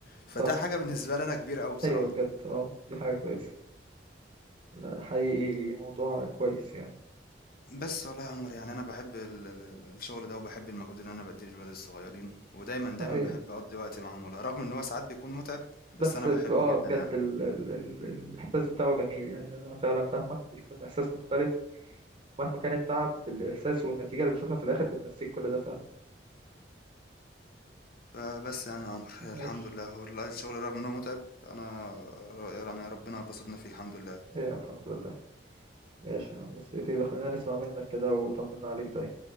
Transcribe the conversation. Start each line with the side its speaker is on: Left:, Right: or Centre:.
Left: فده
Right: صح
Left: حاجة بالنسبة لي انا كبيرة قوي بصراحة
Right: ايوه بجد اه دي حاجة كويسة لا، حقيقي موضوع كويس يعني
Left: بس والله يا عمر يعني أنا باحب ال ال ال الشغل ده وباحب المجهود اللي أنا باديه للولاد الصغيرين، ودايمًا، دايمًا
Right: آه، ايوه
Left: باحب أقضّي وقت معاهم والله، رغم إن هو ساعات بيكون مُتعب، بس
Right: بس
Left: أنا
Right: ب-
Left: باحبه
Right: اه
Left: جدًا
Right: بجد
Left: يعني.
Right: ال... ال... ال... الاحساس بتاعه جميل يعني انا فعلا فاهمك بيكون احساس مختلف مهما كان التعب الاحساس والنتيجه اللي بتشوفها في الاخر بتنسيك كل ده فعلا
Left: فبس يعني يا عمر الحمد
Right: ماشي
Left: لله والله الشغل رغم إن هو مُتعب أنا ر يعني ربنا باسطنا فيه الحمد لله.
Right: ايوه الحمد لله ماشي يا عم سيفي خلينا نسمع منك كده وطمنا عليك دايما